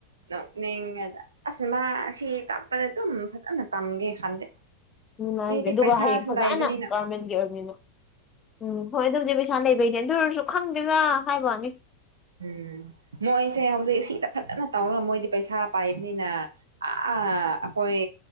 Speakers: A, on the right; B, on the left.
A: ꯅꯣꯛꯅꯤꯡꯉꯦꯗ ꯑꯁ ꯃꯥ ꯁꯤ ꯇꯝꯄꯗ ꯑꯗꯨꯝ ꯐꯖꯅ ꯇꯝꯒꯦ ꯈꯟꯗꯦ
B: ꯅꯨꯡꯉꯥꯏꯒꯦ
A: ꯃꯤꯗꯤ
B: ꯑꯗꯨꯒ
A: ꯄꯩꯁꯥꯁꯨ
B: ꯍꯌꯦꯡ ꯐꯖꯅ
A: ꯂꯩꯕꯅꯤꯅ
B: ꯒꯔꯃꯦꯟꯒꯤ ꯑꯣꯏꯕꯅꯤꯅ ꯎꯝ ꯍꯣꯏ ꯑꯗꯨꯕꯨꯗꯤ ꯄꯩꯁꯥ ꯂꯩꯕꯩꯅꯦ ꯑꯗꯨ ꯑꯣꯏꯔꯁꯨ ꯈꯪꯗꯦꯗ ꯍꯥꯏꯕꯋꯥꯅꯤ
A: ꯎꯝ ꯃꯣꯏꯁꯦ ꯍꯧꯖꯤꯛ ꯁꯤꯗ ꯐꯖꯅ ꯇꯧꯔꯒ ꯃꯣꯏꯗꯤ ꯄꯩꯁꯥ ꯄꯥꯏꯕꯅꯤꯅ ꯑ ꯑꯥ ꯑꯈꯣꯏ